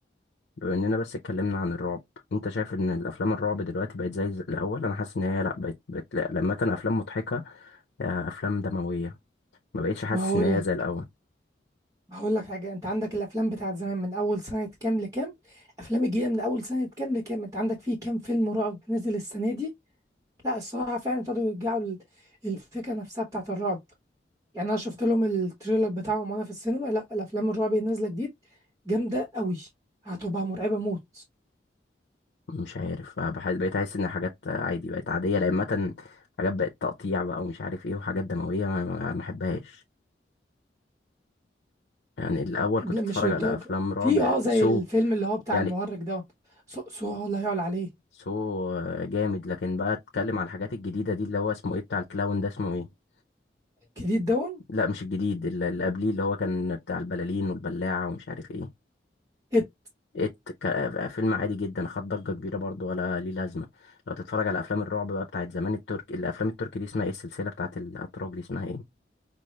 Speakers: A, on the left; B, on the right.
A: بما إننا بس اتكلمنا عن الرعب أنت شايف إن الأفلام الرعب دلوقتي بقت زي الأول أنا حاسس إن هي لأ بقت بقت لأ، لما كان أفلام مضحكة آه، أفلام دموية ما بقتش حاسس
B: ما هقول
A: إن هي زي الأول
B: هقول لك حاجة انت عندك الافلام بتاعت زمان من اول سنة كام لكام افلام الجديدة من اول سنة كام لكام انت عندك فيه كام فيلم رعب نزل السنة دي لا الصراحة فعلا ابتدوا يرجعوا لل- الفكرة نفسها بتاعت الرعب يعني انا شفت لهم التريلر بتاعهم وانا في السينما لا الافلام الرعب اللي نازلة جديد جامدة قوي هتبقى مرعبة موت
A: مش عارف بحس بقيت احس ان حاجات عادي بقت عاديه لان مثلا حاجات بقت تقطيع بقى ومش عارف ايه وحاجات دمويه ما ما ما احبهاش يعني الاول كنت
B: لا
A: اتفرج
B: مش للدرجة
A: على افلام رعب
B: في اه زي
A: سو
B: الفيلم اللي هو بتاع
A: يعني
B: المهرج دوت سوء سوء لا يعلى عليه
A: سو جامد لكن بقى اتكلم على الحاجات الجديده دي اللي هو اسمه ايه بتاع الكلاون ده اسمه ايه
B: جديد دون
A: لا مش الجديد اللي اللي قبليه اللي هو كان بتاع البلالين والبلاعه ومش عارف ايه
B: ات
A: ات ك- فيلم عادي جدا خد ضجه كبيره برضو ولا ليه لازمه لو تتفرج على افلام الرعب بقى بتاعت زمان الترك الافلام التركي دي اسمها ايه السلسله بتاعت الاتراك دي اسمها ايه